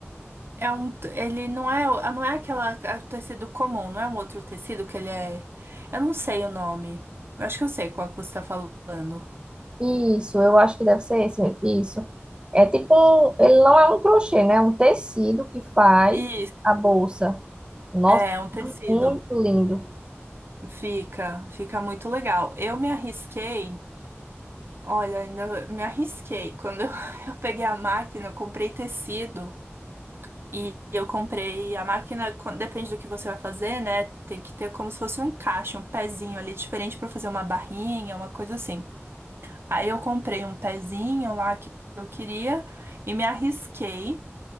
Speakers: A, on the right (about 60°); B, on the right (about 20°).
A: É um, ele não é, não é aquela, é o tecido comum, não é um outro tecido que ele é. Eu não sei o nome. Eu acho que eu sei qual que você está falando.
B: Isso, eu acho que deve ser esse mesmo. Isso. É tipo um, ele não é um crochê, né? É um tecido que faz
A: Isso,
B: a bolsa. Nossa,
A: é, é um tecido.
B: muito lindo.
A: Fica, fica muito legal. Eu me arrisquei. Olha, ainda me arrisquei. Quando eu, <laughs> eu peguei a máquina, eu comprei tecido e eu comprei a máquina, quan- depende do que você vai fazer, né? Tem que ter como se fosse um encaixe, um pezinho ali diferente pra fazer uma barrinha, uma coisa assim. Aí eu comprei um pezinho lá que eu queria e me arrisquei